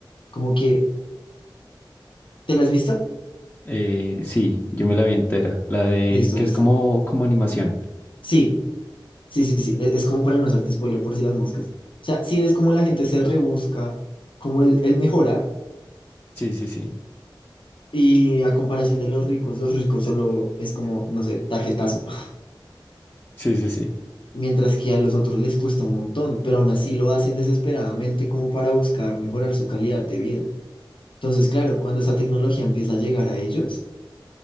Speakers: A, on the left (about 75°); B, on the left (about 25°).
A: como que, ¿te la has visto?
B: Eh, sí, yo me la vi entera. La de
A: Listo,
B: que
A: listo.
B: es como, como animación.
A: Sí, sí, sí, sí, e- es, como para no hacerte spoiler por si las moscas. O sea, si ves cómo la gente se rebusca, cómo él, él mejora,
B: Sí, sí, sí.
A: y a comparación de los ricos, los ricos solo es como, no sé, tarjetazo, <laughs>
B: Sí, sí, sí.
A: mientras que a los otros les cuesta un montón, pero aún así lo hacen desesperadamente como para buscar mejorar su calidad de vida. Entonces, claro, cuando esa tecnología empieza a llegar a ellos,